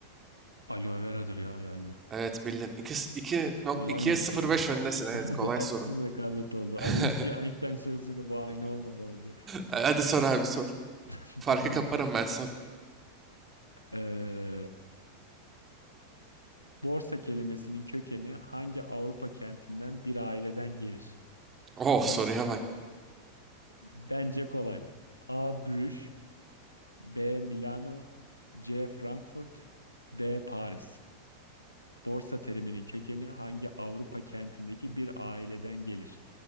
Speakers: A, on the left; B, on the right.
A: Aloe veradır ya herhalde.
B: Evet bildin. 2, 2,
A: Kolaymış
B: 2'ye 0,5
A: bu ya.
B: öndesin.
A: <laughs>
B: Evet
A: Bu, bu,
B: kolay
A: bu haksız
B: soru.
A: rekabet oldu.
B: <laughs>
A: Az önceki Einstein sorusuyla bu aynı olmamalı diye.
B: Hadi sor abi sor.
A: <laughs>
B: Farkı
A: Tamam.
B: kaparım ben sor.
A: Ee, borsa kelimesinin kökeni hangi Avrupa kentinden bir aileden gelir?
B: Oh soruya
A: Oh.
B: bak.
A: Bence kolay. A. Brüj B. Milano C. Frankfurt D. Paris. Borsa teriminin kökeni hangi Avrupa kentindeki bir aileden gelir?